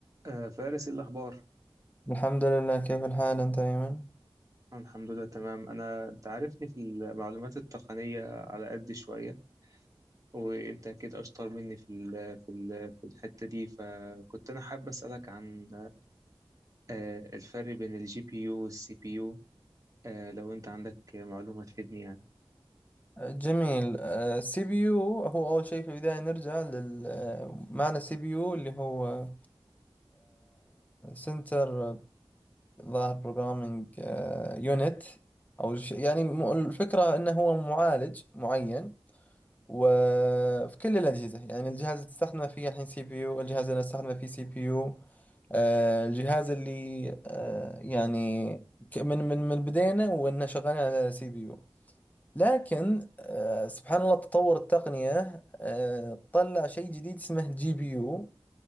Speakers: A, on the right; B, on the left.
A: آه، فارس إيه الأخبار؟
B: الحمد لله كيف الحال أنت أيمن؟
A: أنا الحمد لله تمام أنا أنت عارفني في المعلومات التقنية على قد شوية وأنت أكيد أشطر مني في ال في ال في الحتة دي فكنت أنا حابب أسألك عن آه، الفرق بين الجي بي يو والسي بي يو آه، لو أنت عندك معلومة تفيدني يعني
B: جميل السي بي يو هو أول شيء في البداية نرجع لل آه، معنى سي بي يو اللي هو سنتر ظاهر بروجرامينج يونت أو ش- يعني م- الفكرة أنه هو معالج معين وفي كل الأجهزة يعني الجهاز اللي تستخدمه فيه الحين سي بي يو الجهاز اللي أستخدمه فيه سي بي يو آه، الجهاز اللي آه، يعني ك- من من من بدينا وإنه شغالين على سي بي يو لكن آه، سبحان الله تطور التقنية آه، طلع شيء جديد اسمه جي بي يو